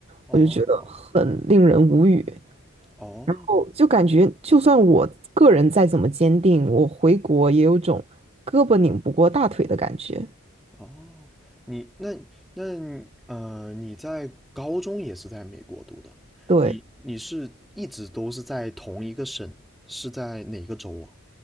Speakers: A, in the centre; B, on the right (about 30°).
A: 哦
B: 我就觉得很令人无语。
A: 哦，
B: 然后就感觉，就算我个人再怎么坚定，我回国也有种胳膊拧不过大腿的感觉。
A: 哦，你那那你呃，你在高中也是在美国读的，
B: 对。
A: 你你是一直都是在同一个省，是在哪个州啊？